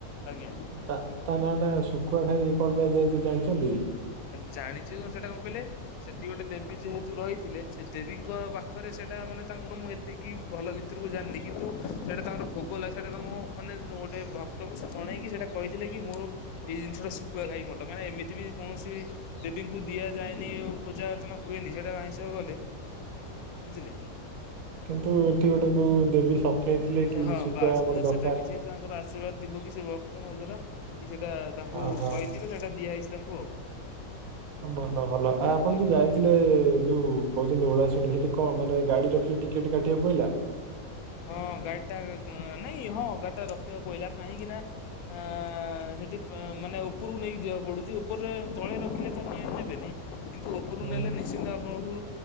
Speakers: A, on the left; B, on the right.
A: ଆଜ୍ଞା।
B: ତା ତା ନାଁ ଟା ଶୁଖୁଆ ଖାଇ କଣ ପାଇଁ ଦିଆଯାଇଛି ଜାଣିଛନ୍ତି?
A: ଜାଣିଚି କ ସେଟା କଣ କହିଲେ ସେଠି ଗୋଟେ ଦେବୀ ଯେହେତୁ ରହିଥିଲେ ସେ ଦେବୀଙ୍କ ପାଖରେ ସେଇଟା ମାନେ ତାଙ୍କର ମୁଁ ଏତିକି ଭଲ ଭିତରକୁ ଜାଣିନି। କିନ୍ତୁ ସେଇଟା ତାଙ୍କର ଭୋଗ ଲାଗେ। ସେଇଟା ତାଙ୍କ ମାନେ ଗୋଟେ ଭ ଭକ୍ତାଟ ସେ ଜଣେଇକି ସେଇଟା କହିଥିଲେ କି ମୋର ଏଇ ଜିନିଷ ଟା ଶୁକୁଆ ଖାଇ ମଠ। କାହିଁକି ଏମିତି ବି କୌଣସି ଦେବୀଙ୍କୁ ଦିଆଯାଏନି ପୂଜା ଅର୍ଚ୍ଚନା ହୁଏନି ସେଟା ଆଇଁଷ ଗଲେ, ବୁଝିଲେ।
B: କିନ୍ତୁ ଏଠି ଗୋଟେ କୋଉ ଦେବୀ ସ୍ୱପ୍ନେଇ ଥିଲେକି
A: ହଁ
B: ଶୁଖୁଆ
A: ବାସ୍
B: ଆମର
A: ବାସ୍
B: ଦରକାର।
A: ସେଟା କିଛି ତାଙ୍କର ଆଶୀର୍ବାଦ ଯିବ କି ସେ ଭକ୍ତଙ୍କ ଦ୍ୱାରା କି ସେଇଟା ତାଙ୍କୁ
B: ଓହୋ।
A: କହିଥିବେ ଯେ ସେଇଟା ଦିଆହେଇଛି ତାଙ୍କୁ ଆଉ।
B: ଭଲ ଭଲ। ଆ ଆପଣ
A: ଭୋଗରେ।
B: ଯୋଉ ଯାଇଥିଲେ ଯୋଉ କହୁଛନ୍ତି ଓଳାଶୁଣି ସେଠି କଣ ମାନେ ଗାଡି ରଖିଲେ ଟି ଟିକେଟ କାଟିବାକୁ ପଇଲା?
A: ହଁ ଗାଡିଟା ନାଇଁ ହଁ ଗାଡି ଟା ରଖିବାକୁ ପଇଲା। କାହିଁକି ନା ଆଁ ସେଠି ମାନେ ଉପରକୁ ନେଇକି ଯିବାକୁ ପଡୁଚି। ଉପରରେ ତଳେ ରଖିଲେ ତ ନିଆ ନେବେନି। କିନ୍ତୁ ଉପରକୁ
B: ହୁଁ
A: ନେଲେ ନିଶ୍ଚିନ୍ତ ଆପଣଙ୍କୁ